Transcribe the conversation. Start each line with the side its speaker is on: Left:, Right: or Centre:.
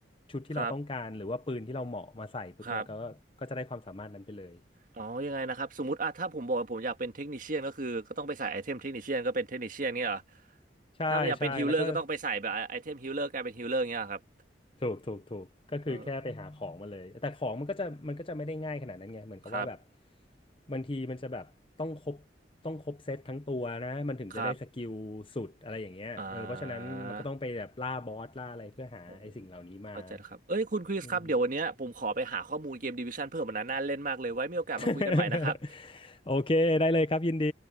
Left: ชุดที่เราต้องการหรือว่าปืนที่เราเหมาะมาใส่ปุ๊บเนี่ยก็ก็จะได้ความสามารถนั้นไปเลย
Right: ครับครับอ๋อยังไงนะครับสมมติอ่ะถ้าผมบอกว่าผมอยากเป็นเทคนิเชียนก็คือก็ต้องไปใส่ไอเทมเทคนิเชียนก็เป็นเทคนิเชียนเนี่ยเหรอ
Left: ใช่ใช่แล้วก็
Right: ถ้าอยากเป็นฮิลเลอร์ก็ต้องไปใส่แบบไอเทมฮิลเลอร์กลายเป็นฮิลเลอร์เนี่ยเหรอครับ
Left: ถูกถูกถูกก็คือแค่ไปหาของมาเลยแต่ของมันก็จะมันก็จะไม่ได้ง่ายขนาดนั้นไงเหมือนกับว่าแบบ
Right: เออครับ
Left: บางทีมันจะแบบต้องครบต้องครบเซตทั้งตัวนะมันถึงจะได้สกิลสุดอะไรอย่างเงี้ยเออเพราะฉะนั้นมันก็ต้องไปแบบล่าบอสล่าอะไรเพื่อหาไอ้สิ่งเหล่านี้มา
Right: ครับอ่า โอ้เข้าใจแล้วครับ เอ้ยคุณคริสครับเดี๋ยววันเนี้ยผมขอไปหาข้อมูลเกมดิวิชั่นเพิ่มมันนะน่าเล่นมากเลยไว้มีโอกาสมาคุยกันใหม่นะครับ
Left: อืม <laughs> โอเคได้เลยครับยินดี